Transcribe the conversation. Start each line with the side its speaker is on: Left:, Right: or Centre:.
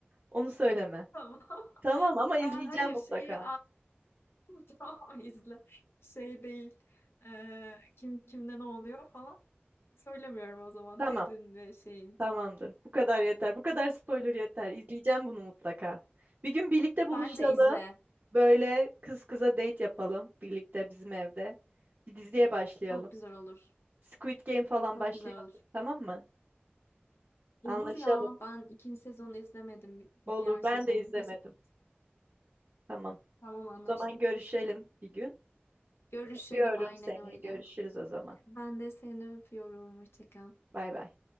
Right: Onu söyleme.
Left: tamam. <laughs>
Right: Tamam ama izleyeceğim
Left: Aa, hayır
Right: mutlaka.
Left: şeyi <laughs> Tamam izle. Şey değil. Ee, kim kimde ne oluyor falan. Söylemiyorum o zaman.
Right: Tamam.
Left: Ted'in ve şeyin.
Right: Tamamdır. Bu kadar yeter. Bu kadar spoiler
Left: Tamam.
Right: yeter. İzleyeceğim bunu mutlaka. Bir gün birlikte
Left: Bence
Right: buluşalım.
Left: izle.
Right: Böyle kız kıza date yapalım birlikte bizim evde. Bir diziye başlayalım.
Left: Çok güzel olur.
Right: Squid Game falan
Left: Çok
Right: başlayalım.
Left: güzel olur.
Right: Tamam mı?
Left: Olur
Right: Anlaşalım.
Left: ya. Ben ikinci sezonu izlemedim. bir-
Right: Olur.
Left: Diğer sezonu.
Right: Ben de izlemedim.
Left: Bir sezon.
Right: Tamam.
Left: Tamam anlaştık.
Right: O zaman görüşelim bir gün.
Left: Görüşelim
Right: Öpüyorum
Left: aynen
Right: seni.
Left: öyle.
Right: Görüşürüz o zaman.
Left: Ben de seni öpüyorum. Hoşça kal.
Right: Bay bay.